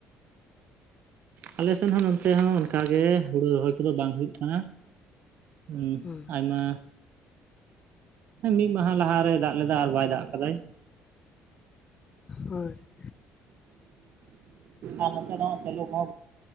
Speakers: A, on the right; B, on the left.
A: ᱟᱞᱮ ᱥᱮᱱ ᱦᱚᱸ ᱱᱚᱱᱛᱮ ᱦᱚᱸ ᱚᱱᱠᱟ ᱜᱮ ᱦᱩᱲᱩ ᱨᱚᱦᱚᱭ ᱠᱚᱫᱚ ᱵᱟᱝ ᱦᱩᱭᱩᱜ ᱠᱟᱱᱟ᱾ <unintelligible>
B: ᱦᱩᱸ
A: ᱟᱭᱢᱟ ᱮᱸ ᱢᱤᱫ ᱢᱟᱦᱟ ᱞᱟᱦᱟᱨᱮᱭ ᱫᱟᱜ ᱞᱮᱫᱟ ᱟᱨ ᱵᱟᱭ ᱫᱟᱜ ᱠᱟᱫᱟᱭ᱾
B: ᱦᱳᱭ ᱾
A: ᱟᱨ ᱱᱚᱛᱮ ᱫᱚ ᱦᱟᱸᱜ ᱥᱮᱞᱳ ᱠᱚᱦᱚᱸ